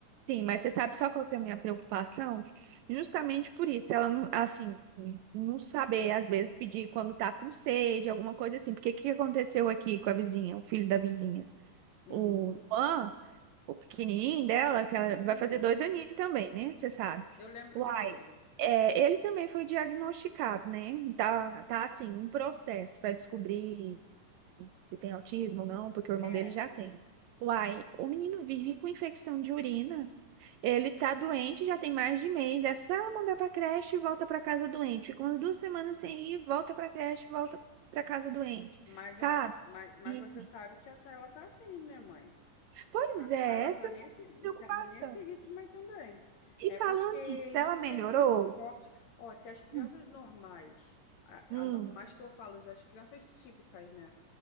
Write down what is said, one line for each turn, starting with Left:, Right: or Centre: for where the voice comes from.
Right: Sim, mas você sabe só qual que é a minha preocupação? Justamente por isso, ela não, assim, não saber, às vezes, pedir quando tá com sede, alguma coisa assim. Porque o que aconteceu aqui com a vizinha, o filho da vizinha?
Left: Hum,
Right: O Juan, o pequenininho dela,
Left: sim,
Right: que ela
Left: sim,
Right: vai fazer dois aninhos também, né? Você sabe.
Left: eu lembro
Right: Uai,
Left: dele.
Right: é, ele também foi diagnosticado, né? Tá, tá assim, em processo para descobrir se tem autismo ou não, porque o irmão
Left: É,
Right: dele já tem. Uai, o menino vive com infecção de urina. Ele tá doente, já tem mais de mês. É só ela mandar pra creche e volta pra casa doente. Fica umas duas semanas sem ir, volta pra creche, volta pra casa doente,
Left: mas,
Right: sabe?
Left: a, mas, mas
Right: E-
Left: você sabe que a ela tá assim, né, mãe?
Right: pois
Left: A Carla
Right: é, essa
Left: tá
Right: é a
Left: nesse,
Right: minha preocupação.
Left: tá nesse ritmo aí também.
Right: E
Left: É
Right: falando
Left: porque eles
Right: nisso, ela
Left: não
Right: melhorou?
Left: têm muito anticorpos. Ó, se as crianças
Right: Hum,
Left: normais, a-
Right: hum,
Left: anormais que eu falo, as crianças típicas, né?